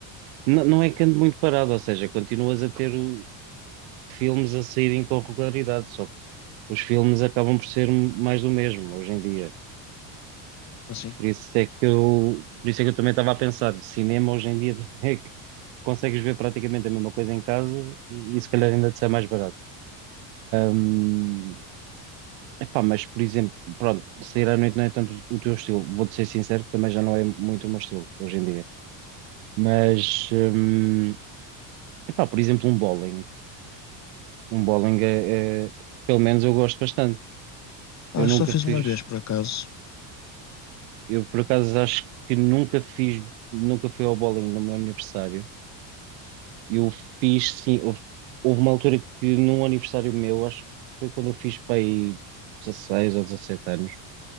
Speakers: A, on the right; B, on the left.
A: n- não é que ande muito parado, ou seja, continuas a ter o- filmes a saírem com regularidade, só que os filmes acabam por ser mais do mesmo hoje em dia.
B: assim.
A: Por isso é que eu, por isso é que eu também estava a pensar, cinema hoje em dia <laughs> é que consegues ver praticamente a mesma coisa em casa e, e se calhar ainda te sai mais barato. Hum, epá, mas por exemplo, pronto, sair à noite não é tanto o teu estilo. Vou-te ser sincero, que também já não é muito o meu estilo hoje em dia. Mas, hum, epá, por exemplo, um bowling. Um bowling é, é- pelo menos eu gosto bastante.
B: Ah,
A: Eu nunca
B: só fiz
A: fiz,
B: uma vez, por acaso.
A: eu por acaso acho que nunca fiz, nunca fui ao bowling no meu aniversário Eu fiz, sim, houve, houve uma altura que num aniversário meu, acho que foi quando eu fiz para aí 16 ou 17 anos,